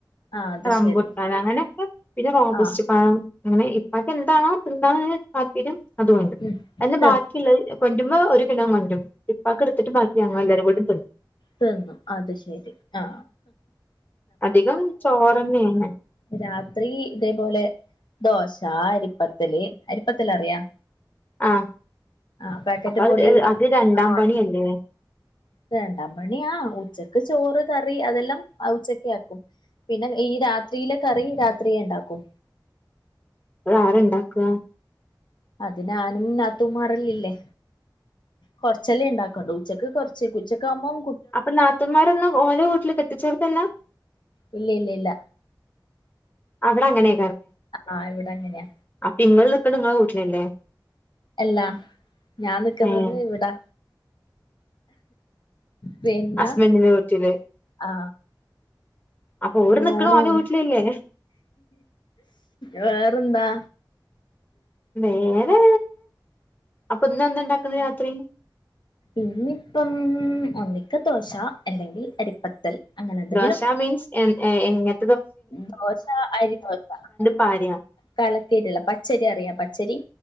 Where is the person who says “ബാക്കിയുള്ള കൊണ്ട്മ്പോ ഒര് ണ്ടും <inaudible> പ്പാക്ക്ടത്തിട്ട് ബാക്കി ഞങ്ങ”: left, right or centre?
Left